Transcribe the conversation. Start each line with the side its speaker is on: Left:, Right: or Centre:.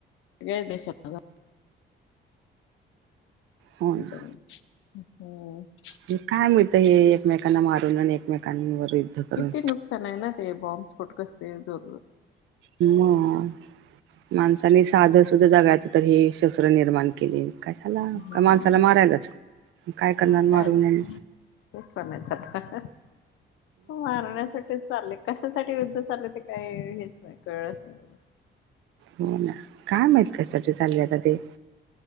Left: सगळ्याच देशात <unintelligible>
Right: हो ना हे काय मिळतं हे एकमेकांना मारून आणि एकमेकांवर करून.
Left: किती नुकसान आहे ना ते बॉम्बस्फोट कसते जो
Right: मग,, माणसानी साधं सुद्धा जगायचं तर हे शस्त्र निर्माण केलंय. कशाला,,
Left: हम्म
Right: का माणसाला मारायलाच, काय करणार
Left: मग काय
Right: मारून?
Left: तेच म्हणायचं आता,, मारण्यासाठीच चालले उसासाठी युद्ध चाललेय ते काही हेच नाही, कळलंच नाही.
Right: काय माहित कससाठी चाललंय आत ते.